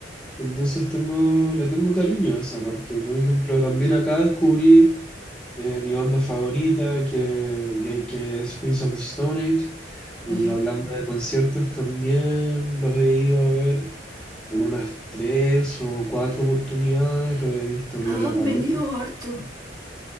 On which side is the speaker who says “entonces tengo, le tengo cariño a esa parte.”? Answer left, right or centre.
Centre